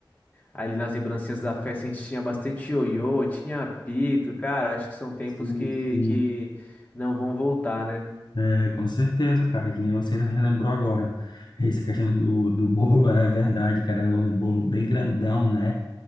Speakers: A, on the left; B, on the left.
A: ali nas lembrancinhas da festa, a gente tinha bastante ioiô, tinha apito, cara, acho que são tempos
B: sim,
A: que,
B: sim.
A: que não vão voltar, né?
B: É, com certeza, cara, que nem você relembrou agora. Essa questão do, do bolo <laughs> é verdade, cara, é um bolo bem grandão, né?